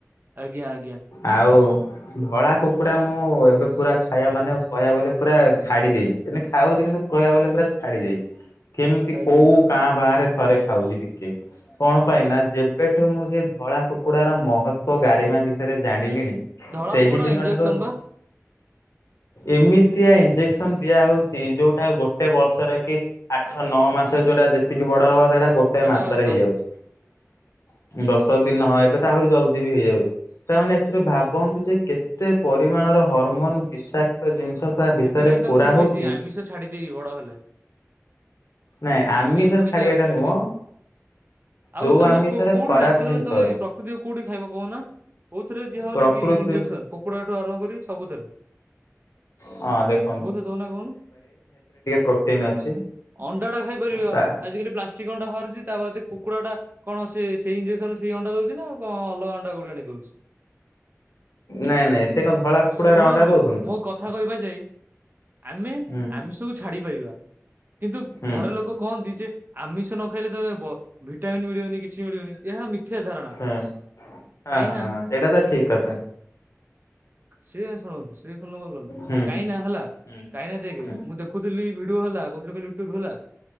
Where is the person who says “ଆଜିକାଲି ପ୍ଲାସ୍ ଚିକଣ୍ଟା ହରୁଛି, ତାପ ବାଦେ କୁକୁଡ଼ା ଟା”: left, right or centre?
Right